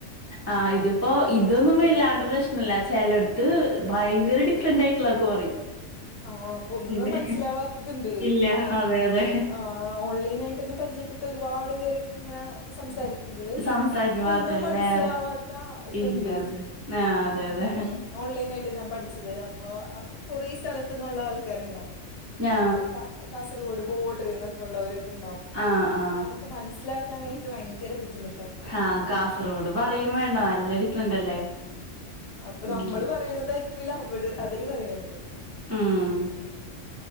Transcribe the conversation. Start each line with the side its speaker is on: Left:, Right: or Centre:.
Right: ആഹ് ഇതിപ്പോ
Left: യൂസ്
Right: ഇതൊന്നും
Left: ചെയ്യുന്നത്
Right: വല്ലാണ്ട് <unintelligible> പ്രശ്നല്ല ചെലേട്ത്ത് ഭയ്ങ്കര ഡിഫറന്റ് ആയിട്ടുള്ളതൊക്കെ പറയും
Left: ആഹ് അപ്പൊ ഒന്നും
Right: ഇല്ലെ
Left: മനസ്സിലാവാത്തത്ണ്ട്
Right: ഇല്ല
Left: ഇപ്പൊ ഞാ
Right: അതെ അതെ
Left: ആഹ് ആഹ് ഓൺലൈന് ആയിട്ട് തന്നെ പരിചയപ്പെട്ട ഒരുപാട് പേരൊക്കെ ഇങ്ങനെ സംസാരി <unintelligible>
Right: സംസാരിക്കുമ്പോ
Left: നമുക്കൊന്നും
Right: അതെ
Left: മനസ്സിലാവാത്ത
Right: വേറെ
Left: ഇത്ണ്ട്
Right: ഇല്ല അതെ ആഹ് അതെ
Left: ഉം
Right: അതെ
Left: ഓൺലൈൻ ആയിട്ട് ഞാൻ പഠിച്ചത് അപ്പോ അ കൊറേ സ്ഥലത്തനൊള്ള ആൾക്കാര് ഇണ്ടാവും.
Right: ഞാ
Left: ഇപ്പൊ കാ കാസർഗോഡ് ബോർഡർന്നൊക്കെ ഉള്ളവരൊക്കെ ഇണ്ടാവും.
Right: ആഹ് ആഹ്
Left: അപ്പ നമ്മക്ക് മനസിലാക്കാനായിട്ട് ഭയങ്കര ബുദ്ധിമു
Right: ആഹ് കാസർഗോഡ് പറയും വേണ്ട നല്ലൊരു ഫ്രണ്ട് അല്ലേ.
Left: അപ്പ നമ്മള്
Right: ഉം
Left: പറയണതായിരിക്കുല്ല അവള് അവര് പറയണത്
Right: ഉം